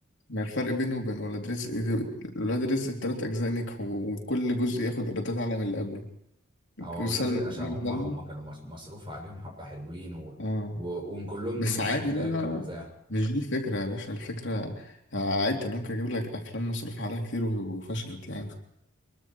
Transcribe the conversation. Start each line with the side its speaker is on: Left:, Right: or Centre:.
Left: ما الفرق بينه وبين ولاد رزق ولاد رزق التلات أجزاء نجحوا وكل جزء ياخد إيرادات أعلى من اللي قبله جزء
Right: هو اولاد
Left: سلم
Right: عشان
Left: ناجح
Right: هم
Left: سلمى
Right: هم كانوا مص- مصروف عليهم حبه حلوين و...
Left: آه
Right: و... وكلهم نجوم
Left: بس عادي
Right: شباك
Left: لا لا
Right: وبتاع
Left: مش دي الفكرة يا باشا الفكرة آه، عادي أنا ممكن أجيب لك أفلام مصروف عليها كتير و- وفشلت يعني